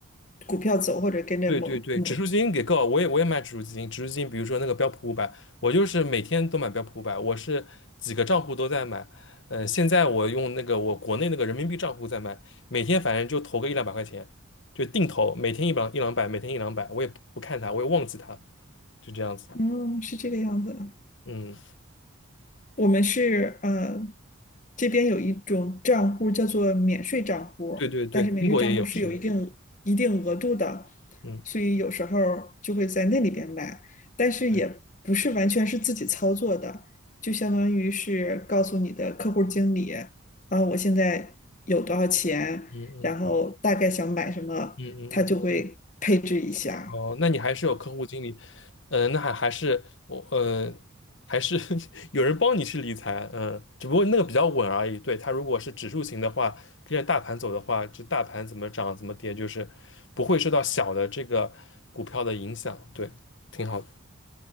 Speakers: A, on the left; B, on the left.
A: 股票走，或者跟着某某，
B: 对对对，指数基金给够，我也我也买指数基金，指数基金比如说那个标普五百，我就是每天都买标普五百，我是几个账户都在买。嗯、现在我用那个我国内那个人民币账户在买，每天反正就投个一两百块钱，就定投，每天一两一两百，每天一两百，我也不看它，我也忘记它，就这样子。
A: 嗯，是这个样子。
B: 嗯。
A: 我们是呃，这边有一种账户叫做免税账户，
B: 对对对，
A: 但是免税账户是有一定一定额度的，
B: 英国也有，是的，嗯
A: 所以有时候就会在那里边买，但是也不是完全是自己操作的，
B: 对，
A: 就相当于是告诉你的客户经理，然后我现在有多少钱，
B: 嗯嗯
A: 然后大概想买什么，
B: 嗯嗯嗯，
A: 他就会配置一下。
B: 哦，那你还是有客户经理，嗯、那还还是我，嗯、还是 <laughs> 有人帮你去理财，嗯、只不过那个比较稳而已。对，它如果是指数型的话，跟着大盘走的话，这大盘怎么涨怎么跌，就是不会受到小的这个股票的影响，对，挺好的。